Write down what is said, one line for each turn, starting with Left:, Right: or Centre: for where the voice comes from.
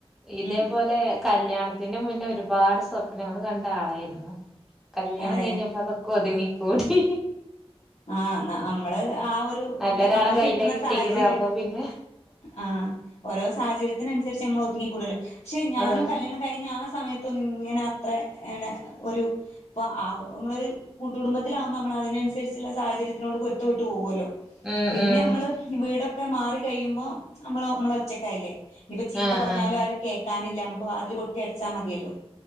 Centre: ഇതേപോലെ
Left: ഉം
Centre: കല്ല്യാണത്തിന്റെ മുന്നെ ഒരുപാട് സ്വപ്നങ്ങള് കണ്ട ആളായിരുന്നു. കല്ല്യാണം
Left: അതെ
Centre: കഴിഞ്ഞപ്പൊ അതൊ ക്കൊത്ങ്ങിക്കൂടി.
Left: ആഹ് ന്ന അമ്മള് ആ ഒ രു
Centre: നല്ലൊരാളെ
Left: അമ്മള്
Centre: കയ്യില
Left: കിട്ട്ണ
Centre: കിട്ടിക്കണ്
Left: സാഹചര്യം.
Centre: അപ്പൊ പിന്നെ
Left: ആഹ് ഓരോ സാഹചര്യത്തിനൻസരിച്ച് അമ്മൾ ഒത്ങ്ങികൂടെല്ലൊ. പക്ഷെ ഞാനും
Centre: ആഹ്
Left: കല്ല്യാണം കഴിഞ്ഞ ആ സമയത്തൊന്നും ഇങ്ങനെ അത്രെ എണെ ഒരു പ്പ ആഹ് മ്മളൊര് കൂട്ടുകുംടുബത്തിലാവ്മ്പ അമ്മള തിനൻസരി ചില സാഹചര്യത്തിനോട് പൊരുത്തപെട്ട് പോകുവല്ലൊ
Centre: ഉം
Left: പിന്നെ
Centre: ഉം
Left: അമ്മള് വീടൊക്കെ മാറി കഴിയുമ്പൊ അമ്മളൊ മ്മളൊറ്റക്കായില്ലെ. ഞ്ഞിപ്പൊ ചീത്ത
Centre: ആഹ്
Left: പറഞ്ഞാലും
Centre: ആഹ്
Left: ആരും കേ ക്കാനില്ല അമുക്ക് വാതില് കൊട്ടി അട്ച്ചാ മതിയല്ലൊ.